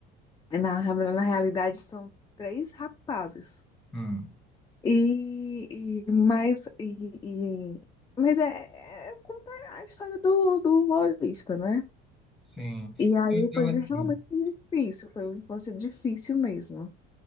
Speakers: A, on the left; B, in the centre.
A: Na, na realidade, são três rapazes.
B: hum,
A: E, e mas, e, e- mas é, é conta a história do, do humorista, né?
B: sim.
A: E aí
B: Eu, eu
A: foi
B: lem-
A: realmente
B: hum,
A: difícil, foi uma infância difícil mesmo.